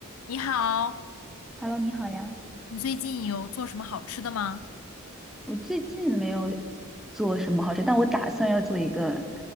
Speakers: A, on the left; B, in the centre.
A: 你好，
B: Hello，你好呀。
A: 你最近有做什么好吃的吗？
B: 我最近没有做什么好吃，但我打算要做一个